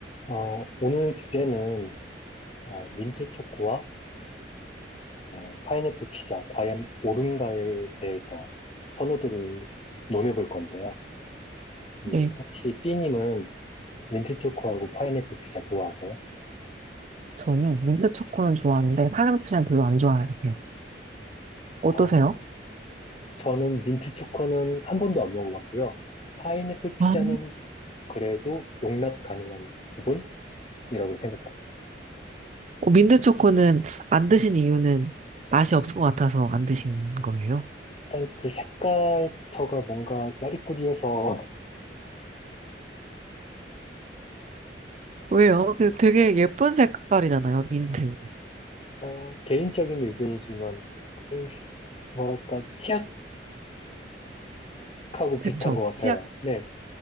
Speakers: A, on the left; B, on the right.
A: 어, 오늘 주제는 어, 민트 초코와 어, 파인애플 피자, 과연 옳은가에 대해서 선호도를 논해볼 건데요.
B: 네,
A: 음, 혹시 B님은 민트 초코하고 파인애플 피자 좋아하세요?
B: 저는 민트 초코는 좋아하는데 파인애플은 별로 안 좋아해요. 어떠세요?
A: 아, 저는 민트 초코는 한 번도 안 먹어봤고요. 파인애플 피자는
B: 아,
A: 그래도 용납 가능한 부분이라고 생각합니다.
B: 어, 민트 초코는 안 드신 이유는 맛이 없을 것 같아서 안 드신 거예요?
A: 일단 그 색깔부터가 뭔가 야리꾸리해서
B: 왜요? 그 되게 예쁜 색깔이잖아요, 민트.
A: <laughs> 어, 개인적인 의견이지만 그 뭐랄까, 치약 하고 비슷한
B: 그쵸?
A: 것 같아요.
B: 치약,
A: 네,